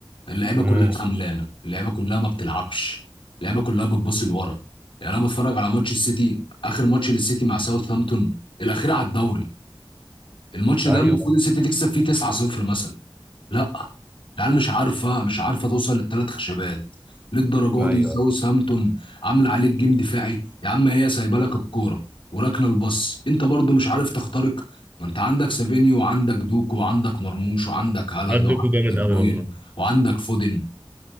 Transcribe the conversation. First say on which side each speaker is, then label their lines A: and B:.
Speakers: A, on the left; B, on the right.
A: اللعيبة كلها
B: امم
A: خملانة اللعيبة كلها ما بتلعبش اللعيبة كلها بتبص لورا يعني أنا بتفرج على ماتش السيتي آخر ماتش للسيتي مع ساوثهامبتون الأخير على الدوري الماتش
B: ايوه
A: ده المفروض السيتي تكسب فيه 9-0 مثلا لا العيال مش عارفه مش عارفه توصل للثلاث خشبات للدرجه
B: ايوه
A: دي ساوث هامبتون عامله عليك جيم دفاعي يا عم هي سايبه لك الكوره وراكنه الباص انت برضو مش عارف تخترق ما انت عندك سافينيو وعندك دوكو وعندك مرموش وعندك هالاند
B: بجد
A: وعندك
B: دوكو جامد
A: دي بروين
B: قوي والله
A: وعندك فودن